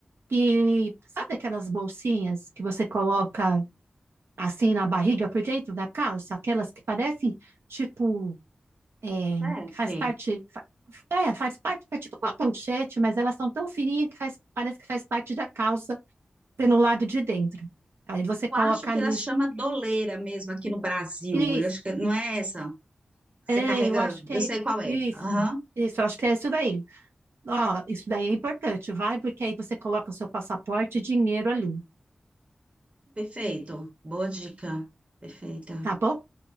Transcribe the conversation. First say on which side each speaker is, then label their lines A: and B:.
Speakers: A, on the right; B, on the right.
A: e sabe aquelas bolsinhas que você coloca assim na barriga por dentro da calça, aquelas que parecem, tipo é,
B: Sete.
A: faz parte, fa- é, faz parte, é tipo uma manchete, mas elas são tão fininhas que faz- parece que faz parte da calça pelo lado de dentro. Aí você coloca
B: Eu acho que
A: ali,
B: ela chama
A: os-
B: doleira mesmo aqui no Brasil.
A: isso,
B: Eu acho que não é essa. Você
A: é,
B: carrega,
A: eu acho que
B: eu
A: é
B: sei qual é.
A: isso,
B: Aham.
A: isso, eu acho que é isso daí. Ó, isso daí é importante, vai, porque aí você coloca o seu passaporte e dinheiro ali,
B: Perfeito. Boa dica. Perfeita.
A: tá bom?